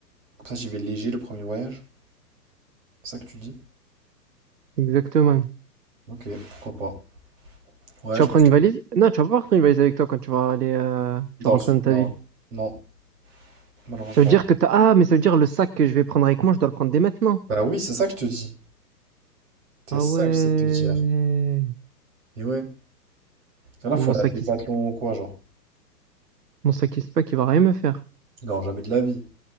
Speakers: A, on the right (about 50°); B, on the right (about 70°).
A: Comme ça, j'y vais léger le premier voyage. C'est ça que tu dis?
B: Exactement.
A: Ok, pourquoi pas. Ouais,
B: Tu
A: je
B: vas
A: pense
B: prendre une valise? Non, tu vas pas prendre une valise avec toi quand tu vas aller, euh,
A: que
B: tu
A: dans
B: vas
A: le
B: rentrer
A: sud,
B: dans
A: non.
B: ta ville.
A: Non, malheureusement.
B: Ça veut dire que t'as, ah, mais ça veut dire le sac que je vais prendre avec moi, je dois le prendre dès maintenant.
A: Bah oui, c'est ça que je te dis. C'est
B: Ah
A: ça
B: ouais.
A: que j'essaie de te dire. Et ouais. Et là,
B: Et
A: faut
B: mon
A: aller
B: sac,
A: à Décathlon
B: il... s-
A: ou quoi, genre.
B: mon sac, il se pack, il va rien me faire.
A: Non, jamais de la vie.